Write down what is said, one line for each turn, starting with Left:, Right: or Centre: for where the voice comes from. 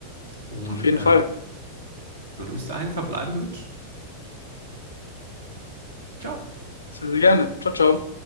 Right: Und
Left: Auf jeden
Right: äh,
Left: Fall.
Right: Würde bis dahin verbleiben mit Ciao.
Left: Sehr, sehr gerne. Ciao, ciao.